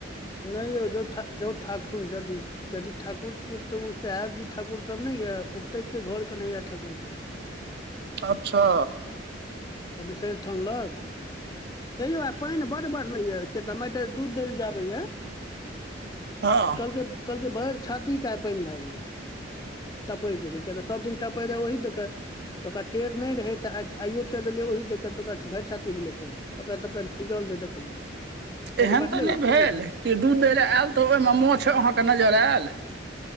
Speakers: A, on the left; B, on the right.
A: नै यो जो ठा जो ठाखुन जदि यदि ठाकुर छियै तऽ उ साहेब जी ठाकुर सब नै यऽ ओते छियै घर कन्हैया ठाकुर के।
B: अच्छा।
A: अ विषहैर थान लग। हे यो आय पैन बड बढ़लै या, किया ते हमरा ऐंठा जे दूध देले आबैया
B: हां।
A: कहलकै, कहलकै भैर छाती के आय पेएन भाए गेलै। टपै जे रहै किया तऽ सब दिन टपै रहै ओहि देके ओकरा टेर नै रहै तऽ आय आइयो चैल एलै ओहि देके त ओकरा भैर छाती भेलै पेएन, कपड़ा-तपड़ा भीजल रहै देखलियै। पानि
B: एहन
A: बढ़लैए
B: तऽ नै भेल
A: की आ
B: जे दूध दै ले आएल तऽ ओय मे माछ अहाँ के नजर आएल।